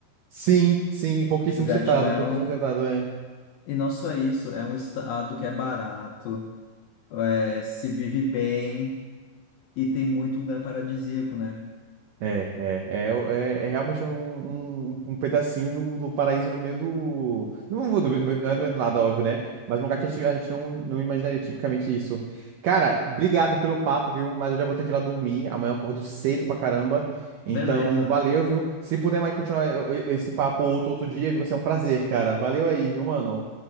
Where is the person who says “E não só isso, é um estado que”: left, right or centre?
Left